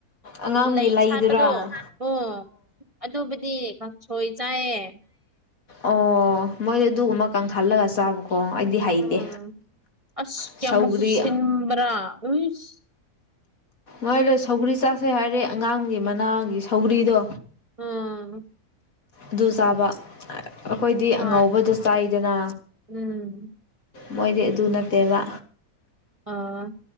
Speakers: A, on the left (about 60°); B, on the right (about 25°).
A: ꯑꯉꯥꯡꯒꯤ
B: ꯂꯩ
A: ꯂꯩꯗꯨꯔꯥ
B: ꯁꯠꯄꯗꯣ ꯑꯣ ꯑꯗꯨꯕꯨꯗꯤ ꯀꯪꯁꯣꯏ ꯆꯥꯏꯌꯦ꯫
A: ꯑꯣ ꯃꯣꯏꯗꯤ ꯑꯗꯨꯒꯨꯝꯕ ꯀꯪꯍꯜꯂꯒ ꯆꯥꯕꯀꯣ ꯑꯩꯗꯤ ꯍꯩꯇꯦ꯫
B: ꯎꯝ ꯑꯁ
A: ꯁꯧꯒ꯭ꯔꯤ
B: ꯀꯌꯥꯃꯛꯁꯨ ꯁꯤꯟꯕ꯭ꯔꯥ ꯎꯁ
A: ꯅꯣꯏꯗꯣ ꯁꯧꯒ꯭ꯔꯤ ꯆꯥꯁꯦ ꯍꯥꯏꯔꯦ ꯑꯉꯥꯡꯒꯤ ꯃꯅꯥꯒꯤ ꯁꯧꯒ꯭ꯔꯤꯗꯣ
B: ꯎꯝ
A: ꯑꯗꯨ ꯆꯥꯕ ꯑꯩꯈꯣꯏꯗꯤ
B: ꯍꯣꯏ
A: ꯑꯉꯧꯕꯗꯣ ꯆꯥꯏꯗꯅ
B: ꯎꯝ
A: ꯃꯣꯏꯗꯤ ꯑꯗꯨ ꯅꯠꯇꯦꯕ
B: ꯑꯥ